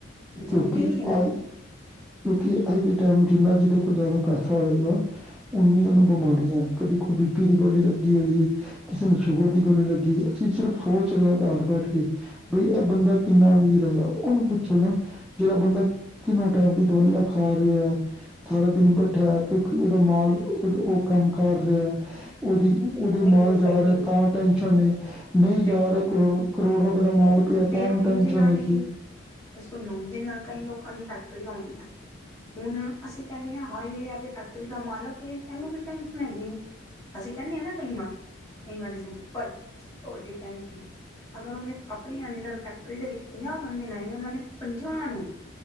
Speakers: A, on the left; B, in the centre.
A: ਜ਼ਿੰਦਗੀ
B: ਕਿਉਕਿ
A: ਇਹੀ ਹੈ
B: ਆ
A: ਨਾ
B: ਕਿਉਕਿ ਅੱਜ ਦੇ ਟਾਈਮ ਜਿੰਨਾ ਜਿਹਦੇ ਕੋਲ ਜ਼ਿਆਦਾ ਪੈਸਾ ਹੋਏਗਾ ਉਨੀਆਂ ਨੂੰ ਬਿਮਾਰੀਆਂ ਕਦੀ ਕੋਈ ਬੀ ਪੀ ਦੀ ਗੋਲੀ ਲੱਗੀ ਹੋਈ ਹੈ। ਕਿਸੇ ਨੂੰ ਸ਼ੂਗਰ ਦੀ ਗੋਲੀ ਲੱਗੀ ਅਸੀ ਸਿਰਫ ਸੋਚ ਰਹੇ ਹਾਂ ਘਰ ਬੈਠ ਕੇ ਬਈ ਇਹ ਬੰਦਾ ਕਿੰਨਾ ਅਮੀਰ ਹੈਗਾ ਉਹਨੂੰ ਪੁੱਛੋ ਨਾ ਜਿਹੜਾ ਬੰਦਾ ਤਿੰਨੋਂ ਟਾਈਮ ਦੀ ਦਵਾਈਆਂ ਖਾ ਰਿਹਾ ਸਾਰੇ ਦਿਨ ਬੈਠਾ ਕਿਉਕਿ ਉਹਦਾ ਮਾਲ
A: ਸਹੀ
B: ਉਹ,
A: ਗੱਲ
B: ਉਹ ਕੰਮ ਕਰ ਰਿਹਾ ਉਹਦੀ ਉਹਦੇ
A: ਬਿਲਕੁਲ
B: ਮਾਲ ਜਾ
A: ਸਹੀ ਬਿਲਕੁਲ
B: ਰਿਹਾ ਤਾਂ ਟੈਨਸ਼ਨ ਏ ਨਈਂ ਜਾ
A: ਬਿਲਕੁਲ
B: ਰਹੇ ਕਰੋ, ਕਰੋੜ ਰੋਪੇ ਦਾ ਮਾਲ ਪਿਆ
A: ਫੇਰ
B: ਤਾਂ
A: ਹੁਣ
B: ਟੈਂਸ਼ਨ
A: ਜਿਨਾਂ
B: ਹੈਕਿ
A: ਦੀ ਸੁਣੋ ਜਿੰਨਾ ਕਈ ਲੋਕਾਂ ਦੀ ਫੈਕਟਰੀਆਂ ਆਉਦੀਆਂ ਨੇਂ ਹੁਣ ਅਸੀ ਕਹਿਣੇ ਆਂ ਹਾਏ ਆ ਤੇ ਫੈਕਟਰੀ ਦਾ ਮਾਲਕ ਏ ਇਹਨੂੰ ਕੀ ਟੈਂਸ਼ਨ ਹੈਗੀ। ਅਸੀ ਕਹਿਦੇ ਆਂ ਨਾਂ <unintelligible> ਪਰ ਸਭ ਤੋਂ ਵੱਡੀ ਟੈਂਨਸ਼ਨ ਅਗਰ ਉਹਨੇਂ ਆਪਣੇ ਅੰਡਰ ਫੈਕਟਰੀ ਦੇ ਵਿਚ ਪੰਜਾਹ ਬੰਦੇ ਲਾਏ ਨੇਂ, ਉਹਨਾਂ ਨੇ ਪੰਜਾਹ ਨੂੰ